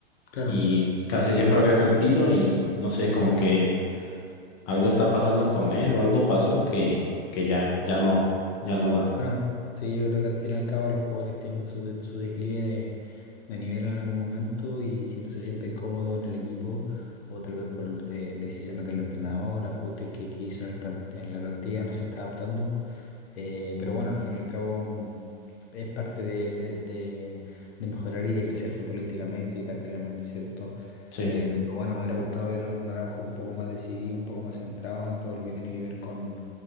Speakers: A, on the left (about 70°); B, on the left (about 25°).
A: Claro,
B: y casi siempre había cumplido y no sé, como que algo está pasando con él o algo pasó que, que ya, ya no, ya no da.
A: Bueno, sí, yo creo que al fin y al cabo los jugadores tienen su, de- su declive de, de nivel en algún momento y si no se siente cómodo en el equipo o tal vez por eh, decisiones del entrenador, ajustes que, que hizo en el plan- en la plantilla, no se está adaptando. Eh, pero bueno, al fin y al cabo mm, es parte de, de- de- de mejorar y de crecer futbolísticamente y tácticamente, ¿cierto?
B: Sí,
A: Eh, pero bueno, me hubiera gustado ver un Araujo un poco más decidido, un poco más centrado en todo lo que tiene que ver con,